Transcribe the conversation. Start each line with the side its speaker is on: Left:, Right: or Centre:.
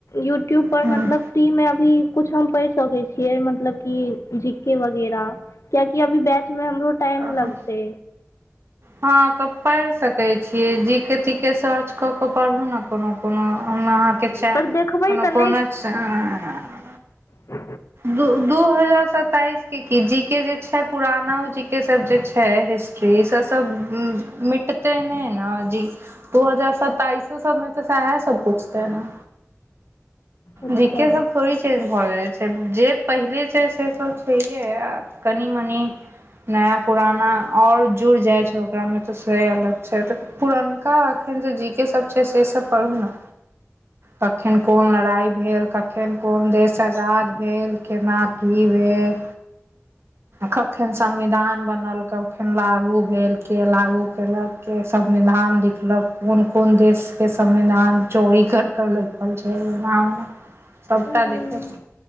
Left: यूट्यूबपर
Right: हँ
Left: मतलब फ्रीमे अभी किछु हम पइढ़ सकै छियै मतलब कि, जीके वगैरह कियाकि अभी बैच मे हमरो टाइम
Right: हँ
Left: लगते।
Right: हँ त पइर सके छीयै जी के ती के सर्च क के पढ़ू न कोनो कोनो हम अहाँ, किछा
Left: पर देखबै
Right: कोनो
Left: तऽ
Right: कोनो, <unintelligible>
Left: त
Right: दू दू हजार सताइस के की जी के जे छै पुराना जी के सब जे छै रिस, स स सब मिटते ने ने जे, दू हजार सत्तइसे सबमे त साहा सब पुछतै ने।
Left: अच्छा
Right: जी के सब थोड़े चैन्ज भ जायै, जे पहिले छै से त छैेहे आ कनि-मनी नया पुराना आओर जुड़ि जाइ छै ओकरामे, तऽ से अलग छै त पुरनका एखन जे जी के सब छै, से सब पढू ना कखेन कोन लड़ाई भेल, कखेन कोन देश आजाद भेल, केना की भेल। कखेन संविधान बनल, कखेन लागु भेल, के लागु केलक। के संविधान लिखलक, कोन-कोन देश के संविधान चोरी कर करलै खल छय ऐना-ओना सबटा
Left: हूँ
Right: देखे